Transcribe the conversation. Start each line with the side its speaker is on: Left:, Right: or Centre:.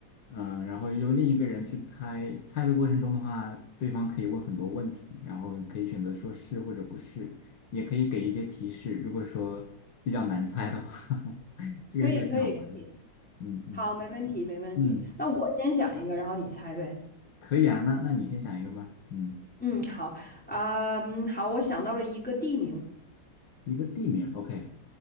Left: 嗯，然后由另一个人去猜，猜的过程中的话，对方可以问很多问题，然后可以选择说是或者不是，也可以给一些提示。如果说比较难猜的话，<laughs> 这个游戏还挺好玩的。
Centre: 可以，可以，可以，
Left: 嗯嗯
Centre: 好，没问题，没问题。
Left: 嗯，
Centre: 那我先想一个，然后你猜呗。
Left: 可以啊，那那你先想一个吧。嗯，
Centre: 嗯，好啊，嗯好，我想到了一个地名。
Left: 一个地名，OK。